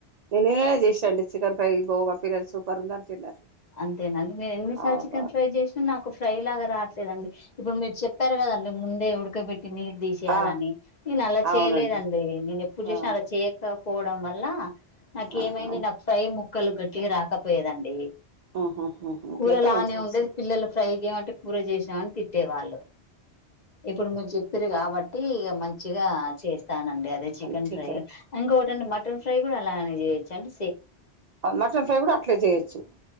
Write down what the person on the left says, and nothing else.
అంతేనండి నేను ఎనిమిదిసార్లు
చికెన్
ఫ్రై చేసినా నాకు ఫ్రై లాగా రాట్ దండి ఇప్పుడు మీరు చెప్పారు కదండి ముందే ఉడకబేట్ నీళ్ తీసేయాలని
నేను అలా చేయలేదండి
నేను ఎప్పుడు
చూసిన అలా చేయకపోవడం వల్ల నాకు
ఏమైంది నాకు ఫ్రై ముక్కలు గట్టిగా రాకపోయేదండి
కూర లానే
ఉండేది
పిల్లలు ఫ్రై చేయమంటే కూర చేసామని తిట్టేవాళ్ళు ఇప్పుడు మీరు చెప్పీరు కాబట్టి ఇక మంచిగా చేస్తానండి అదే చికెన్
ఫ్రై
ఇంకోటండి మటన్ ఫ్రై కూడా అలా అని చేయోచ్చండి